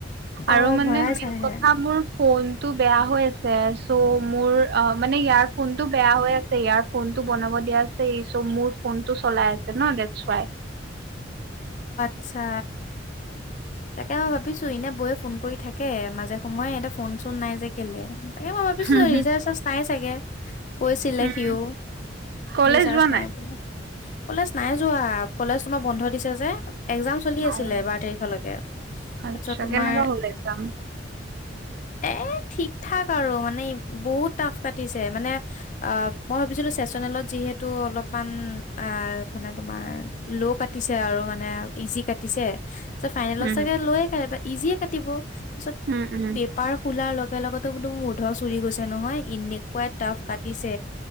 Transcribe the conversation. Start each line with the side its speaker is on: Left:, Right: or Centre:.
Left: অ
Right: আৰু মানে
Left: ভৰাই
Right: মেইন
Left: চাইহে
Right: কথা মোৰ ফোনটো বেয়া হৈ আ চ' মোৰ অ মানে ইয়াৰ ফোন টো বেয়া হৈ আছে ইয়াৰ ফোন টো বনাব দিয়া আছে ই চ' মোৰ ফোনটো চলাই আছে ন দেছুৱাই
Left: আচছা তাকে মই ভাবিছো এনে বৌৱে ফোন কৰি থাকে মাজে সময়ে এটা ফোন চোন নাই যে কেলে তাকে মই ভাবিছো
Right: হুম, হুম।
Left: ৰিচাৰ্জ চাৰ্জ নাই চাগে কৈছিলে
Right: উম,
Left: সিও
Right: কলেজ
Left: নিচাৰ্জ
Right: যোৱা
Left: নাই বুলি কলেজ নাই যোৱা কলেজ তোমাৰ বন্ধ দিছে যে। এক্জাম চলি
Right: অ'
Left: আছিলে বাৰ তাৰিখলৈকে
Right: আচ্ছা
Left: তাৰপিছত তোমাৰ
Right: কেনেকা হ'ল এক্সাম?
Left: এ। ঠিক ঠাক আৰু মানে বহুত টাফ কাটিছে মানে অ, মই ভাবিছিলো চেচনেলত যিহেতু অলপমান আ মানে তোমাৰ ল' কাটিছে আৰু মানে ইজি কাটিছে চ' ফাইনেলত
Right: উম,
Left: চাগে লয়ে কাট ইজিয়ে কাটিব তাৰপিছত
Right: উম, উম।
Left: পেপাৰ খোলাৰ লগে লগতো বোধো মোৰ উধৰ চুৰি গৈছে নহয়। এনেকুৱাই টাফ কাটিছে